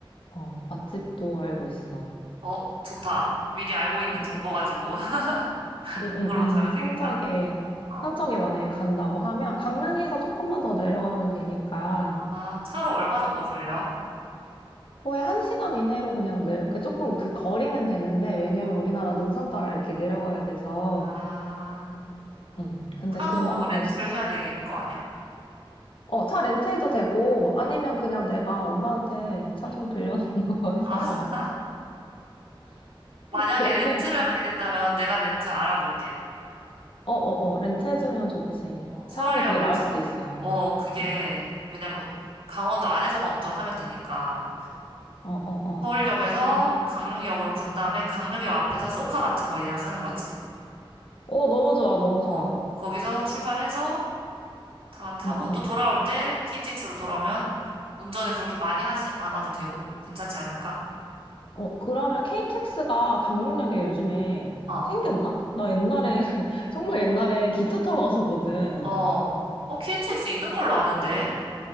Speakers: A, on the left; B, on the right.
A: 어, 맛집도 알고 있어.
B: 어, 좋다. 미리 알고 있는
A: 응,
B: 정보
A: 응,
B: 가지고 <laughs>
A: 응, 응,
B: 그걸로
A: 응.
B: 가면
A: 삼척에,
B: 되겠다. 어.
A: 삼척에 만약에 간다고 하면 강릉에서
B: 어.
A: 조금만 더 내려가면 되니까
B: 아, 차로 얼마 정도 걸려?
A: 거의 한 시간 이내로 그냥 내려, 그러니까 조금 그 거리는 되는데, 왜냐면
B: 어. 어.
A: 우리나라 능선 따라 이렇게 내려가야 돼서,
B: 아,
A: 응. 근데
B: 차도
A: 금방 갈
B: 렌트를
A: 수
B: 해야
A: 있어.
B: 될 거 아니야.
A: 어, 차 렌트해도 되고, 아니면 그냥 내가 엄마한테 차
B: 응.
A: 좀 빌려달라고 <laughs> 해서,
B: 아, <laughs> 만약에
A: 그렇게,
B: 렌트를 하게 된다면 내가 렌트 알아볼게.
A: 어, 어, 어, 렌트해주면 좋지.
B: 어, 서울역에서,
A: 차라리 그게 나을 수도 있어.
B: 어, 그게,
A: 응,
B: 왜냐면 강원도 안에서만 운전하면 되니까.
A: 어, 어, 어.
B: 서울역에서
A: 렌-
B: 강릉역으로 간 다음에 강릉역 앞에서 쏘카 같은 거 예약하는 거지.
A: 어, 너무 좋아, 너무
B: 어,
A: 좋아.
B: 거기서 출발해서 다 타고
A: 응,
B: 또
A: 응.
B: 돌아올 때 KTX로 돌아오면 운전을 그렇게 많이 하지 않아도 되고 괜찮지 않을까?
A: 어, 그러면 KTX가 강릉역에 요즘에
B: 어,
A: 생겼나? 나 옛날에, <laughs> 정말 옛날에 기차 타고 갔었거든.
B: 어, 어, KTX 있는 걸로 아는데.